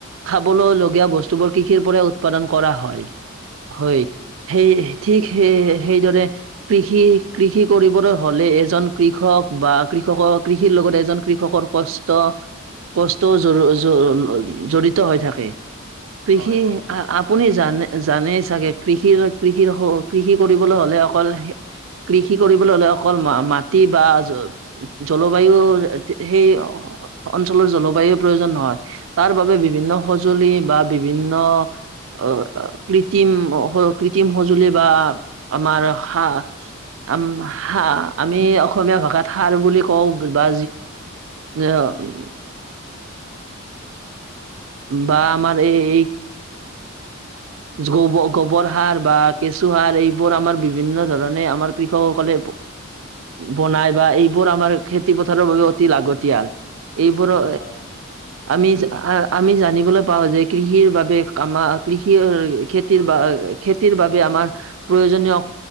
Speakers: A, on the right; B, on the left.
A: খাবলৈ লগীয়া বস্তুবোৰ কৃষিৰ পৰা উৎপাদন কৰা হয়, হয়, সেই ঠিক সেই সেইদৰে কৃষি কৃষি কৰিবলৈ হলে এজন কৃষক বা কৃষকৰ কৃষিৰ লগ লগত এজন কৃষকৰ কষ্ট ক য
B: হয়
A: য জড়িত হৈ থাকে কৃষি
B: হয়
A: আপুনি জানে জানে চাগে কৃষিৰ কৃষিৰ কৃষি কৰিবলৈ হ'লে অকল কৃষি কৰিবলৈ হলে অকল মাটি বা জলবায়ু সেই অঞ্চলৰ জলবায়ুৰ প্ৰয়োজন নহয়, তাৰ বাবোবে বিভিন্ন সঁজুলি বা বিভিন্ন অ, কৃত্ৰিম-কৃত্ৰিম সঁজুলি বা আমাৰ হা, <unintelligible> আমি অসমীয়া ভাষাত সাৰ বুলি কওঁ বা <unintelligible> বা আমাৰ এই-এই গোব-গোবৰ সাৰ বা কেঁচু সাৰ এইবোৰ আমাৰ বিভিন্ন ধৰণে আমাৰ কৃষকসকলে বনাই বা এইবোৰ আমাৰ খেতি পথাৰৰ বাবে অতি লাগতিয়াল। এইবোৰো
B: হয় হয়
A: আমি আমি জানিবলৈ পাওঁ যে কৃষিৰ বাবে আমাৰ কৃষি <unintelligible> খেতিৰ বা খেতিৰ বাবে আমাৰ প্ৰয়োজনীয়